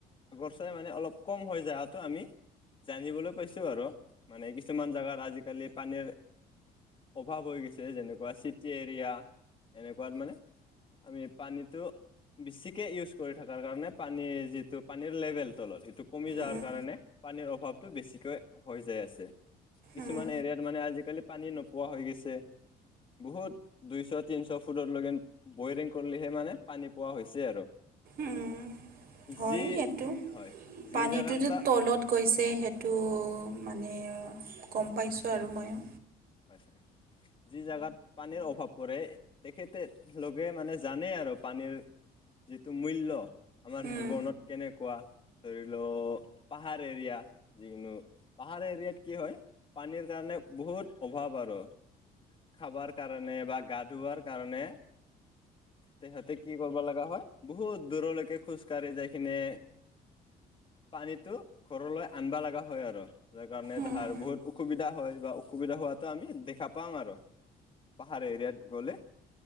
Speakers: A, on the left (about 30°); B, on the right (about 60°).
A: নিশ্চয় মানে অলপ কম হৈ যাৱাটো আমি জানিবলৈ পাইছো আৰু মানে কিছুমান জেগাত আজিকালি পানীৰ অভাৱ হৈ গৈছে যেনেকুৱা চিটি এৰিয়া এনেকুৱাত মানে আমি পানীটো বেছিকৈ ইউজ কৰি থকাৰ কাৰণে পানীৰ যিটো পানীৰ লেভেল তলত এইটো কমি যোৱাৰ
B: উম,
A: কাৰণে পানীৰ অভাৱটো বেছিকৈ হৈ যায় আছে। কিছুমান
B: উম,
A: এৰিয়াত মানে আজিকালি পানী নোপোৱা হৈ গৈছে। বহুত দুইশত- তিনিশ ফুটলৈকে বইৰিং কৰিলেহে মানে পানী পোৱা হৈছে আৰু
B: উম, হয়
A: যি
B: সেইটো
A: হয় যি
B: পানীটো
A: জাগাত বা
B: তলত গৈছে
A: হয় হয়
B: সেইটো
A: হয় হয়
B: মানে গম পাইছোঁ আৰু মইয়ো
A: হয় হয় যি জেগাত পানীৰ অভাৱ পৰে তেখেতেত লোকে মানে জানে আৰু পানীৰ যিটো মূল্য আমাৰ
B: উম,
A: জীৱনত কেনেকুৱা ধৰি ল পাহাৰ এৰিয়া যিকোনো পাহাৰ এৰিয়াত কি হয় পানীৰ কাৰণে বহুত অভাৱ আৰু। খাবাৰ কাৰণে বা গা ধূবৰ কাৰণে তেহতে কি কৰিব লগা হয় বহুত দূৰলৈকে খোজ কাঢ়ি যাই কিনে পানীটো ঘৰলৈ আনিব লগা হয় আৰু। তাৰ কাৰণে
B: উম,
A: তাহাৰ বহুত অসুবিধা হয় বা অসুবিধা হোৱাতো আমি দেখা পাওঁ আৰু। পাহাৰ এৰিয়াত গ'লে